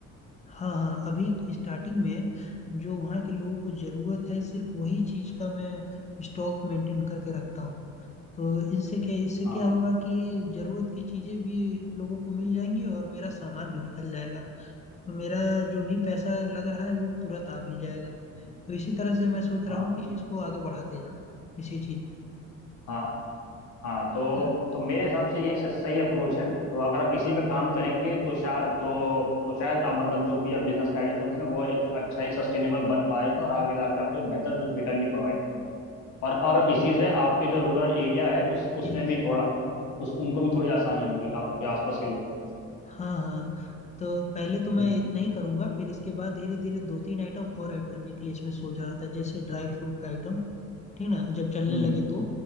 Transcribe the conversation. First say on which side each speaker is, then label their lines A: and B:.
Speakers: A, on the left; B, on the left.
A: हाँ हाँ अभी स्टार्टिंग में जो वहाँ के लोगों को ज़रूरत है सिर्फ वही चीज़ का मैं स्टॉक मेंटेन करके रखता हूँ तो इनसे क्या इससे
B: हाँ
A: क्या होगा कि जरूरत की चीजें भी लोगों को मिल जाएंगी और मेरा सामान भी निकल जाएगा तो मेरा जो भी पैसा लग रहा है वो तुरंत आ भी जाएगा
B: हम्म।
A: तो इसी तरह से मैं सोच रहा
B: हाँ
A: हूँ कि इसको आगे बढ़ाते जाऊँ इसी चीज में
B: हाँ हाँ तो
A: है ना?
B: तो मेरे हिसाब से ये एक सही अप्रोच है तो अगर आप इसी पे काम करेंगे तो शायद तो तो शायद आप मतलब जो भी आप बिजनेस का आइडिया सोच रहे हैं वो एक अच्छा एक सस्टेनेबल बन पाएगा और आगे जाके आपको एक बेहतर रिटर्न भी प्रोवाइड करेगा और और इसी से आपके जो रूरल एरिया है उस उसमें
A: जी
B: भी थोड़ा उस उनको भी थोड़ी आसानी होगी आपके आसपास के लोगों को
A: हाँ हाँ तो पहले तो मैं
B: हम्म
A: इतना ही करूंगा फिर इसके बाद धीरे धीरे दो तीन आइटम और ऐड करने के लिए इसमें सोच रहा था जैसे ड्राई फ्रूट का आइटम ठीक ना जब चलने
B: हम्म
A: लगे तो